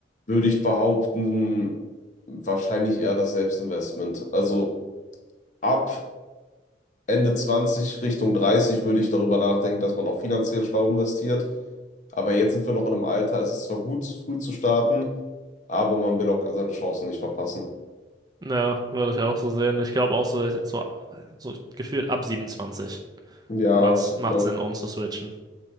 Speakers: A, on the left; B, on the right.
A: würde ich behaupten, wahrscheinlich eher das Selbstinvestment. Also ab Ende 20 Richtung 30 würde ich darüber nachdenken, dass man auch finanziell schlau investiert. Aber jetzt sind wir noch in einem Alter, es ist zwar gut, früh zu starten, aber man will auch seine Chancen nicht verpassen.
B: ja, würde ich auch so sehen. Ich glaube auch so, so, so gefühlt ab 27
A: Ja,
B: wird's,
A: ich
B: macht
A: glaube,
B: Sinn, umzuswitchen.